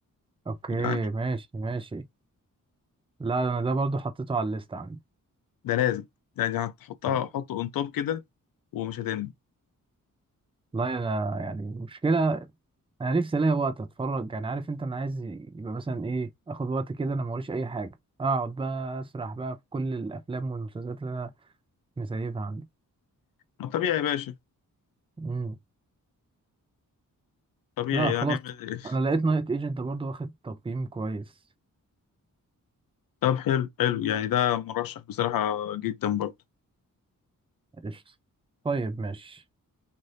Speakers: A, on the right; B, on the left.
A: اوكي
B: يعني
A: ماشي ماشي لا انا ده برضو حطيته على الليست عندي
B: ده لازم يعني هتحطها
A: آه.
B: حطه اون توب كده ومش هتندم
A: والله انا يعني مشكلة انا نفسي الاقي وقت اتفرج يعني عارف انت انا عايز يبقى مثلا ايه اخد وقت كده انا موريش اي حاجة اقعد بقى اسرح بقى في كل الافلام والمسلسلات اللي انا مسيبها عندي
B: ما طبيعي يا باشا
A: مم.
B: طبيعي
A: لا
B: يعني
A: خلاص
B: اعمل إيه؟
A: انا لقيت نايت ايجنت برضو واخد تقييم كويس
B: طب حلو حلو يعني ده مرشح بصراحه جدا برضه
A: قشطة طيب ماشي